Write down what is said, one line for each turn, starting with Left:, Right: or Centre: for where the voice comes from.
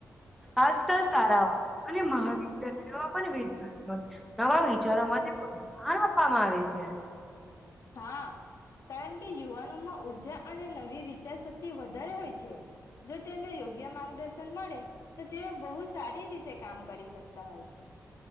Centre: આજકાલ શાળાઓમાં અને મહાવિદ્યાલય માં પણ <unintelligible> નવા વિચારો માટે પ્રોત્સાહન આપવામાં આવે છે.
Left: હા કારણ કે યુવાનોમાં ઉર્જા અને નવી વિચારશક્તિ વધારે હોય છે. જો તેમ યોગ્ય માંગ દર્શન મળે તો તેઓ બહુ સારી રીતે કામ કરી શકતા હોય છે.